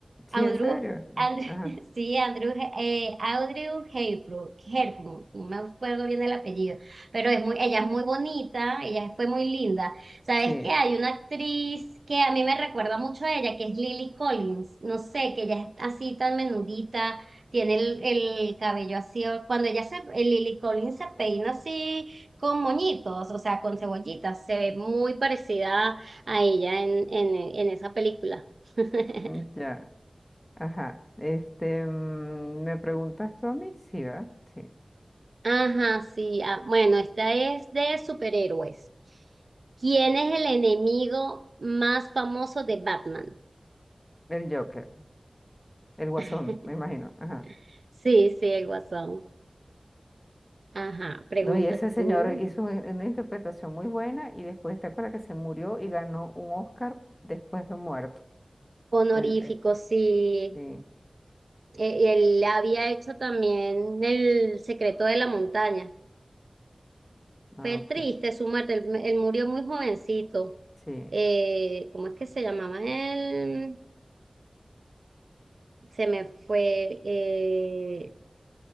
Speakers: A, on the left; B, on the right.
A: Sí,
B: Audru,
A: en serio.
B: Andrew,
A: Ajá,
B: <laughs> sí, Andrew, eh, Audrey Hepburn, Hepburn, no me acuerdo bien el apellido, pero es muy, ella es muy bonita, ella fue muy linda. ¿Sabes
A: sí,
B: qué? Hay una actriz que a mí me recuerda mucho a ella, que es Lily Collins, no sé, que ella es así tan menudita, tiene el, el cabello así, cuando ella se, eh, Lily Collins se peina así con moñitos, o sea, con cebollitas, se ve muy parecida a ella en, en en esa película. <laughs>
A: mm, ya, ajá. Este, mm, ¿me preguntas tú a mí? Sí, ¿verdad? Sí.
B: Ajá, sí. ah, bueno, esta es de superhéroes. ¿Quién es el enemigo más famoso de Batman?
A: El Joker, el Guasón,
B: <laughs>
A: me imagino. Ajá.
B: Sí, sí, el Guasón. Ajá, preguntas
A: No, y ese señor
B: tú.
A: hizo un- una interpretación muy buena y después te acuerdas que se murió y ganó un Oscar después de muerto.
B: Honorífico,
A: El, eh,
B: sí.
A: sí,
B: E- Él había hecho también El secreto de la montaña.
A: ah,
B: Fue
A: ok,
B: triste su muerte, él, él murió muy jovencito.
A: sí.
B: Eh, ¿cómo es que se llamaba él? Se me fue. Eh,